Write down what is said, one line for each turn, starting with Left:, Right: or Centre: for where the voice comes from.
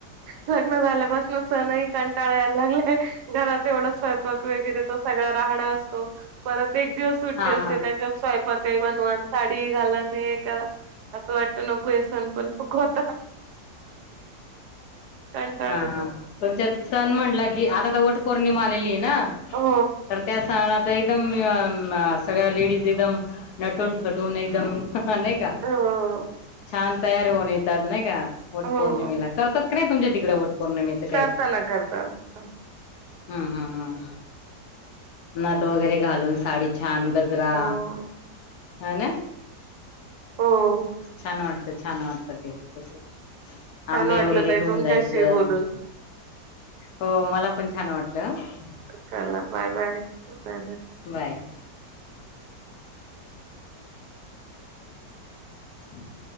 Right: लग्न झाल्यापासनच. सणही कंटाळा यायला लागलाय. घरात एवढा स्वयंपाक वगैरे तो सगळा राहाडा असतो. परत एक दिवस सुट्टी
Left: हा
Right: असते
Left: हा
Right: त्याच्या- स्वयंपाकही बनवा. साडीही घाला आणि हे करा असं वाटत नको. ते सण पण नको होता. कंटाळा
Left: हा
Right: येतो.
Left: हा तुमच्यात सण म्हटला की, आता तर वट पौर्णिमा आलेली ए ना?
Right: हो
Left: तर त्या <unintelligible> एकदम अ आ सगळ्या लेडीज एकदम नटून थटून एकदम. हा नाही का?
Right: हो
Left: छान तयार होऊन येतात नाही का? वट
Right: हो
Left: पौर्णिमेला करतात. नाही तुमच्या तिकड वट पौर्णिमेचं काही?
Right: करता ना करता ना.
Left: हम्म हम्म हम. नथ वगैरे घालून साडी छान गज - -रा.
Right: हो
Left: हो ना?
Right: हो
Left: छान वाटत. छान वाटत ते.
Right: छान
Left: आंबे
Right: वाटलं
Left: वगैरे
Right: ताई
Left: घेऊन
Right: तुमच्याशी
Left: जायचं.
Right: बोलून.
Left: हो मला पण छान वाटलं हं.
Right: चला bye bye. Bye bye.
Left: Bye. हम्.